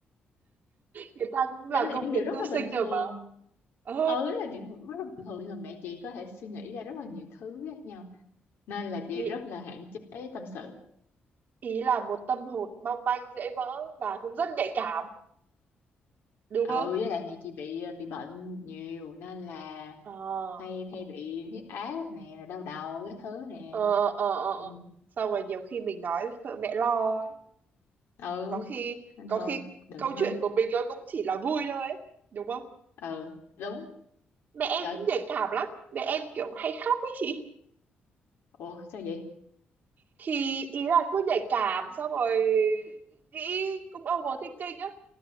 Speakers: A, on the right; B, on the left.
A: người ta cũng làm
B: đấy là
A: công
B: những
A: việc
B: điều rất
A: mưu
B: là
A: sinh
B: bình thường
A: rồi mà Ờ,
B: ừ là những điều rất là bình thường nhưng mà mẹ chị có thể suy nghĩ ra rất là nhiều thứ khác nhau nên là chị
A: ý,
B: rất là hạn chế tâm sự
A: ý là một tâm hồn mong manh dễ vỡ và cũng rất nhạy cảm đúng
B: ừ
A: không?
B: với lại mẹ chị bị ờ, bị bệnh nhiều nên là
A: ờ
B: hay hay bị huyết áp nè rồi đau đầu cái thứ nè
A: ờ ờ ờ
B: ừ
A: ờ. xong rồi nhiều khi mình nói sợ mẹ lo ấy.
B: Ừ.
A: có khi
B: nên
A: có
B: thôi
A: khi
B: đừng
A: câu
B: nói
A: chuyện của mình nó cũng chỉ là vui thôi ấy đúng không
B: ừ đúng
A: mẹ em
B: trời
A: cũng nhạy cảm lắm mẹ em kiểu hay khóc ấy chị
B: ủa sao vậy
A: thì ý là cứ nhạy cảm xong rồi nghĩ cũng overthinking á